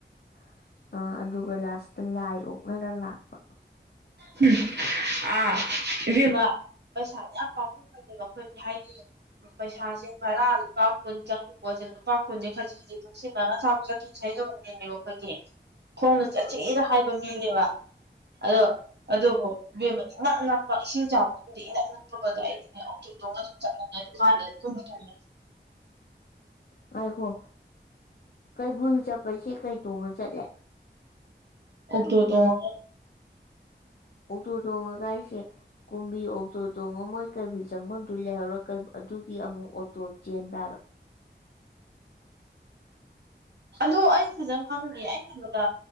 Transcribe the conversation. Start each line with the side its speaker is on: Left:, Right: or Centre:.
Left: <inaudible> ꯑ ꯑꯗꯨꯒ ꯂꯥꯁꯇ ꯂꯥꯏ ꯑꯣꯛꯅꯔ ꯂꯥꯛꯄ
Right: ꯍꯨꯝ ꯑꯥ ꯏꯕꯦꯝꯃ ꯄꯩꯁꯥꯗꯤ ꯌꯥꯝ ꯄꯥꯝꯃꯨꯕꯅꯦꯕ ꯑꯩꯈꯣꯏꯗꯤ ꯍꯥꯏꯗꯤ ꯄꯩꯁꯥꯁꯦ ꯚꯔꯥ ꯂꯨꯄꯥ ꯀꯨꯟ ꯆꯪꯕ ꯄꯣꯠꯁꯦ ꯂꯨꯄꯥ ꯀꯨꯟꯁꯦ ꯈꯖꯤꯛ ꯈꯖꯤꯛ ꯇꯨꯡꯁꯤꯟꯕꯅ ꯑꯆꯥꯄꯣꯠ ꯆꯥꯊ‌ꯣꯛꯖ‌ꯦ ꯍꯥꯏꯖꯕ ꯃꯤꯅ‌ꯦꯕ ꯈꯣꯏꯗꯤ ꯈꯣꯡꯅ ꯆꯠꯁꯤꯗ ꯍꯥꯏꯕ ꯃꯤꯅꯦꯕ ꯑꯗꯣ ꯑꯗꯨꯕꯨ ꯏꯕꯦꯝꯃ ꯏꯅꯛ ꯅꯛꯄ ꯏꯁꯤꯡ ꯆꯥꯎꯕꯗꯨꯗꯤ ꯏꯅꯛ ꯅꯛ ꯄꯒꯗ‌ꯣ ꯑꯩꯗꯤꯅꯦ ꯑꯣꯛꯇꯣ ꯇꯣꯡꯉ ꯑꯗꯨꯝ ꯆꯠꯂꯕꯅꯦ ꯑꯗꯨ ꯂꯥꯜꯂ ꯀꯨꯝꯕ ꯇꯟꯕꯩ
Left: ꯉꯥꯏꯈꯣ ꯀꯩꯕꯨꯜ ꯆꯠꯄꯁꯦ ꯀꯩ ꯇꯣꯡꯉ ꯆꯠꯂꯤ
Right: ꯑꯣꯛꯇꯣ ꯇꯣꯡꯉꯒ
Left: ꯑꯣꯛꯇꯣ ꯇꯣꯡꯉꯒ ꯍꯥꯏꯁꯦ ꯀꯨꯝꯕꯤ ꯑꯣꯛꯇꯣ ꯇꯣꯡꯉ ꯃꯣꯏ ꯀꯩꯕꯨꯜ ꯆꯪꯐꯝꯗꯨ ꯂꯩꯍꯧꯔꯒ ꯑꯗꯨꯒꯤ ꯑꯃꯨꯛ ꯑꯣꯛꯇꯣ ꯆꯦꯟꯕ꯭ꯔꯥꯕ
Right: ꯑꯗꯨ ꯑꯩ ꯐꯖꯅ ꯈꯪꯗꯤꯌꯦ ꯑꯩ ꯈꯟꯕꯗ